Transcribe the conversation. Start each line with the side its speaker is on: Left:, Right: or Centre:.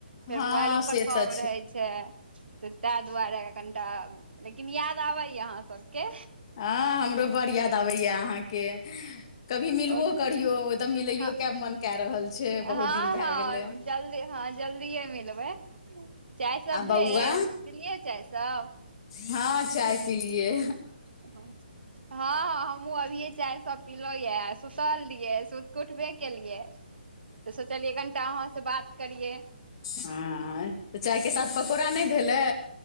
Right: फेर
Left: हँ
Right: मोबाइलोपर
Left: से
Right: काम
Left: तऽ
Right: रहैत छै। तऽ ताहि दुआरे कनिटा लेकिन याद आबैय। अहाँ सबके
Left: हँ हमरो बड़ याद आबैया। अहाँके कभी मिलबो
Right: आओर
Left: करियो एकदम मिलैयो।
Right: हँ
Left: क मन कए रहल छै।
Right: हँ
Left: बहुत दिन भए
Right: हँ
Left: गेलै।
Right: जल्दी हँ जल्दिए मिलबै। चाय सब
Left: आ बौआ
Right: भेल त पीलिए चाय सब
Left: हँ चाय पीलियए।
Right: हँ हँ हमहुूँ अभियए चाय सब पीलहुँं य। सुतल रहिए सुत के उठबे केलिइए। त सोचलियै कनिटा अहां से बात करियै
Left: ह तऽ चाय के साथ पकोड़ा नहि भेलै